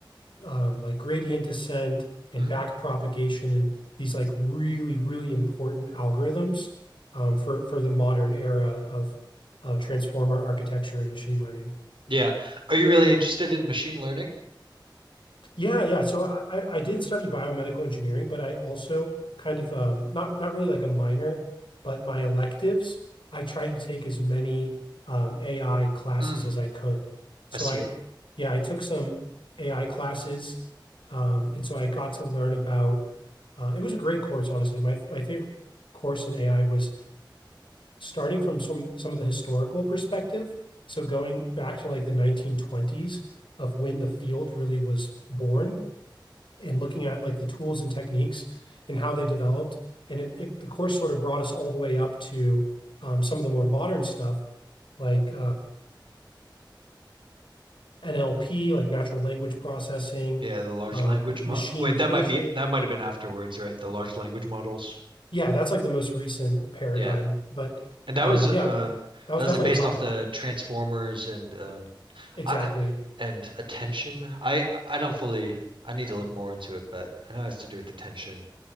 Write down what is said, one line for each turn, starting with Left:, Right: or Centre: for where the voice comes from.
Left: um, like gradient descent and
Right: Mm.
Left: backpropagation and these like really, really important algorithms um, for for the modern era of of transformer architecture and machine learning.
Right: Yeah. Are you really interested in machine learning?
Left: Yeah, yeah. So I, I I did study biomedical engineering, but I also kind of um, not not really like a minor, but my electives, I tried to take as many um, AI classes
Right: Mm.
Left: as I could. So
Right: I see.
Left: I, yeah, I took some AI classes, um, and so I got to learn about. Uh, it was a great course, honestly. My my favorite course in AI was starting from some some of the historical perspective. So going back to like the 1920s of when the field really was born and looking at like the tools and techniques and how they developed. and it, it, The course sort of brought us all the way up to um, some of the more modern stuff like NLP, like natural language processing,
Right: Yeah, the large
Left: um,
Right: language mo
Left: machine
Right: wait, that
Left: vision.
Right: might be that might have been afterwards, right? The large language models.
Left: Yeah, that's like the most recent paradigm.
Right: Yeah.
Left: But
Right: And that
Left: um,
Right: was uh
Left: Yeah, that
Right: that
Left: was
Right: was
Left: definitely
Right: like based
Left: a topic.
Right: off the Transformers and um
Left: Exactly.
Right: I and attention. I I don't fully I need to look more into it, but I know it has to do with attention.